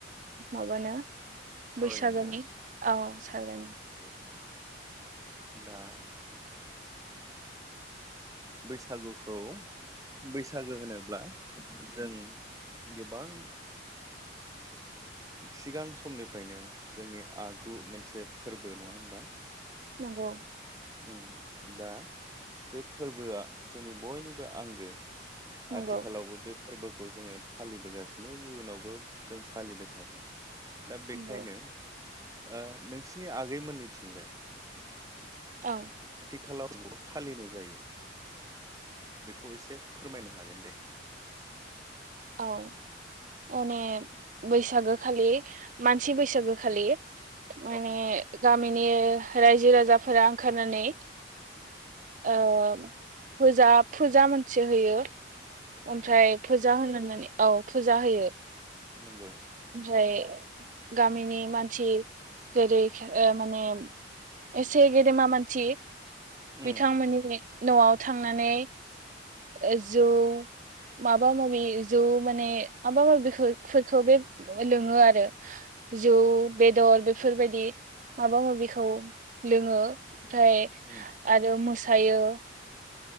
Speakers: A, on the right (about 40°); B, on the right (about 15°).
A: माबानो
B: सावरायनो
A: बैसागोनि औ सागोन
B: नौ दा बैसागुखौ बैसागो होनोब्ला जों गोबां सिगां समनिफ्रायनो जोंनि आगु मोनसे फोरबो नङा होमबा
A: नोंगौ
B: उम दा बे फोरबोआ जोंनि बयनिबो आंगो
A: नंगौ
B: आथिखालावबो बे फोरबो खौ जोङो फालिबोगासिनो इयुनावबो जों फालिबाय थागोन दा बेखायनो
A: नंगौ
B: ओ नोंसिनि आगैमोननिथिंजाय
A: औ
B: आथिखालाव फालिनाय जायो बेखौ एसे फोरमायनो हागोन दे
A: औ माने बैसागो खालि मानसि बैसागो खालि माने
B: औ
A: गामिनि ओ - रायजो राजाफोरा ओंखारनानै औ औ फोजा फुजा मोनसे होयो ओमफ्राय फुजा होनो होननानै औ फुजा होयो
B: नंगौ
A: ओफ्राय गामिनि मानसि जेरै माने एसे गेदेमा मानसि
B: उम
A: बिथांमोननि न'आव थांनानै ओ जौ माबा माबि जौ माने माबा माबिफोरखौ बे लोङो आरो जौ बेदर बेफोरबायदि माबा माबिखौ लोङो ओमफ्राय
B: उम
A: आरो थायो